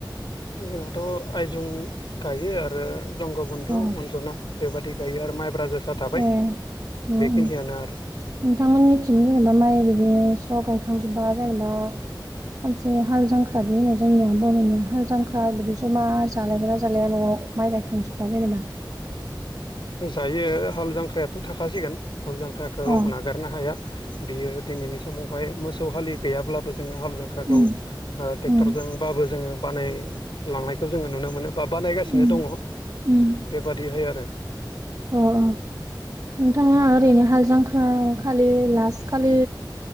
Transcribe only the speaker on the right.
अ
ए उम
उम
नोंथांमोननिथिं जेनेबा माइ बिदिनो स्र' गायखांजोबबा जेनेबा। मोनसे हाल जांख्रादि होनो जोंनिया बर'निया हाल जांख्रा बिदि ज'मा जालायगोन ना जालाया न'आव माइ गायखांजोब्बाया जेनेबा।
अ उम
उम
उम
उम
उम
अ अ नोंथाङा ओरैनो हाल जांखा खालि लास्ट खालि